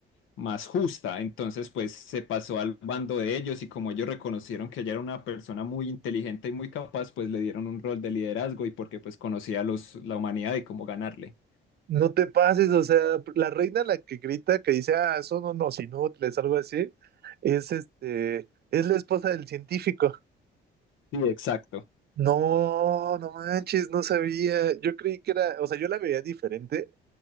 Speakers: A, on the left; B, on the right.
A: más justa. Entonces, pues se pasó al bando de ellos y como ellos reconocieron que ella era una persona muy inteligente y muy capaz, pues le dieron un rol de liderazgo y porque pues conocía a los, la humanidad y cómo ganarle.
B: No te pases, o sea, la reina la que grita, que dice, ah, son unos inútiles, algo así, es este, es la esposa del científico.
A: Sí, exacto.
B: No, no manches, no sabía. Yo creí que era, o sea, yo la veía diferente